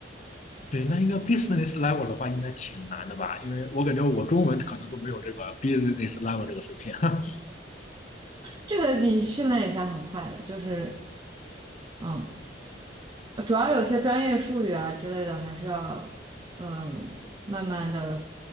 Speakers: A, on the left; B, on the right.
A: 对，那一个 business level 的话，应该挺难的吧？因为我感觉我中文可能都没有这个 business level 这个水平。<laughs>
B: 这个你训练一下很快的，就是，嗯。主要有些专业术语啊之类的，还是要嗯呃慢慢的，